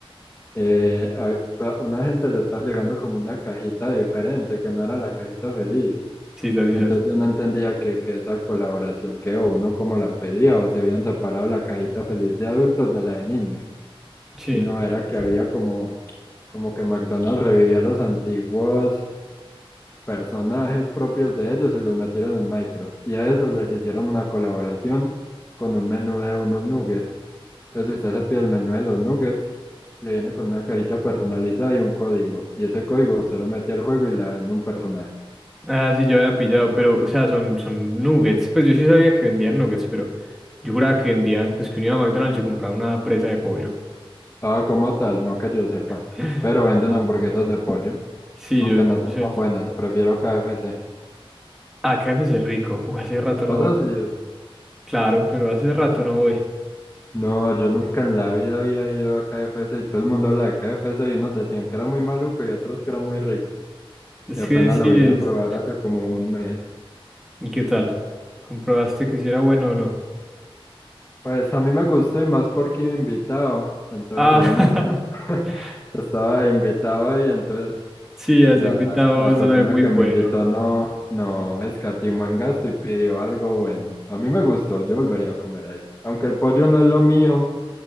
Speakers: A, on the left; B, in the centre.
A: Eh, a- pa- una gente le estaba llegando como una cajita diferente, que no era la cajita feliz.
B: Sí, sí,
A: Entonces
B: sí. sí.
A: yo no entendía que, que esa colaboración que o uno como la pedía o si habían separado la cajita feliz de adultos de la de niños.
B: Sí.
A: Y no era que había como, como que McDonald's revivía los antiguos personajes propios de ellos y los metieron en Minecraft. Y a eso les hicieron una colaboración con un menú de unos nuggets. Entonces usted se pide el menú de los nuggets, le viene con una cajita personalizada y un código. Y ese código usted lo mete al juego y le dan un personaje.
B: Ah, sí, yo había pillado, pero, o sea, son, son nuggets. Pues yo sí sabía que vendían nuggets, pero yo juraba que vendían, pues que uno iba a McDonald's y compraba una presa de pollo.
A: Ah, como tal, no que yo sepa.
B: <laughs>
A: Pero venden
B: Sí.
A: hamburguesas de pollo,
B: Sí,
A: aunque
B: yo, yo
A: no son
B: no sé.
A: tan buenas, prefiero KFC.
B: Ah, KFC es rico. Uy, hace rato
A: Cosas
B: no voy.
A: así.
B: Claro, pero hace rato no voy.
A: No, yo nunca en la vida había ido a KFC y todo el mundo habla de KFC y unos decían que era muy maluco y otros que era muy rico.
B: Es
A: Y apenas
B: que sí
A: lo vine
B: es.
A: a probar hace como un mes.
B: ¿Y qué tal? ¿Comprobaste que si era bueno o no?
A: Pues a mí me gustó y más porque iba invitado, entonces
B: Ah,
A: aún mejor. <laughs>
B: <laughs>
A: Estaba invitado y entonces
B: sí, así
A: la,
B: invitado
A: la, la persona
B: sabe muy
A: que
B: bueno.
A: me invitó no, no escatimó en gasto y pidió algo bueno. A mí me gustó, yo volvería a comer ahí. Aunque el pollo no es lo mío,